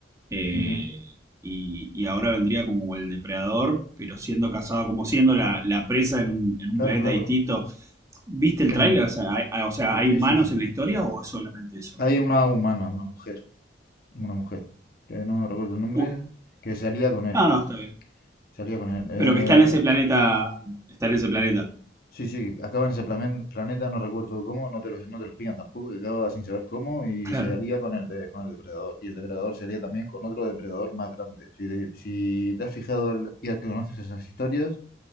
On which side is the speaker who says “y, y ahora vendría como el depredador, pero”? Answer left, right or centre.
Right